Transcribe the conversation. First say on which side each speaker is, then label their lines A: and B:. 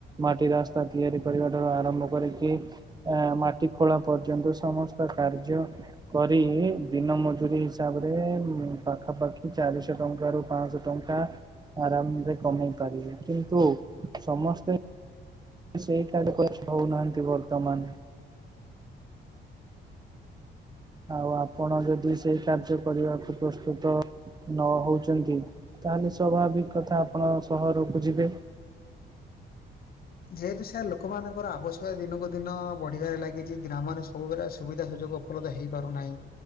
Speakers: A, on the right; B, on the left.
A: ମାଟି ରାସ୍ତା ତିଆରି କରିବାଠୁ ଆରମ୍ଭ କରିକି ଅଁ ମାଟି ଖୋଳା ପର୍ଯ୍ୟନ୍ତ ସମସ୍ତ କାର୍ଯ୍ୟ କରି ଦିନ ମଜୁରି ହିସାବରେ ପାଖାପାଖି ଚାରିଶହ ଟଙ୍କ ର ପାଞ୍ଚଶହ ଟଙ୍କା ଆରାମରେ କମେଇ ପାରିବେ। କିନ୍ତୁ ସମସ୍ତେ ସେଇଠାରେ ପଛ ହଉନାହାନ୍ତି ବର୍ତ୍ତମାନ। ଆଉ ଆପଣ ଯଦି ସେଇ କାର୍ଯ୍ୟ କରିବାକୁ ପ୍ରସ୍ତୁତ ନ ହଉଛନ୍ତି, ତାହାଲେ ସ୍ଵଭାବିକ କଥା ଆପଣ ସହରକୁ ଯିବେ।
B: ଯେହେତୁ ସାର୍ ଲୋକମାନଙ୍କର ଆବଶ୍ୟକତା ଦିନକୁ ଦିନ ବଢିବାରେ ଲାଗିଛି, ଗ୍ରାମରେ ସବୁବେଳେ ସୁବିଧା ସୁଯୋଗ ଉପଲବ୍ଧ ହେଇପାରୁନାହିଁ।